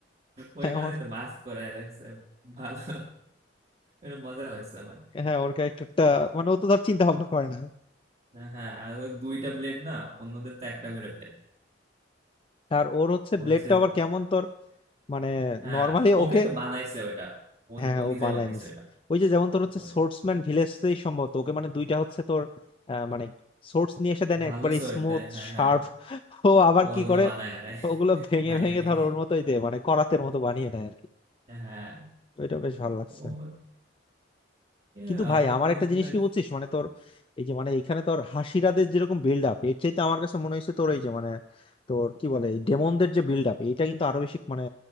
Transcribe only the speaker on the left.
হ্যাঁ
ওর
হ্যাঁ ওর ক্যারেক্টারটা মানে ও তো ধর চিন্তা ভাবনা করে না
আর ওর হচ্ছে
ব্লেডটা
আবার কেমন তোর মানে
নর্মালি
ওকে
হ্যাঁ হ্যাঁ,
ও
বানায়
নিছে ওই যে যেমন তোর হচ্ছে
সোর্সম্যান ভিলেজতেই সম্ভবত ওকে মানে দুইটা হচ্ছে তোর আহ, মানে সোর্স নিয়ে এসে দেন
একবারে
স্মুথ
শার্প
ও আবার
কি
করে
ওগুলো ভেঙে
ভেঙে
ধর ওর মতোই দে মানে করাতের মতো বানিয়ে নেয় আর কি
ওইটা বেশ ভালো লাগছে
কিন্তু ভাই
আমার
একটা জিনিস কি বলছিস মানে তোর এই যে মানে এখানে তোর হাসিরাদের যেরকম বিল্ড আপ এর চাইতে আমার কাছে মনে হয়েছে তোর এই যে মানে তোর কি বলে এই ডেমনদের যে বিল্ড আপ এটা কিন্তু আরো বেশি মানে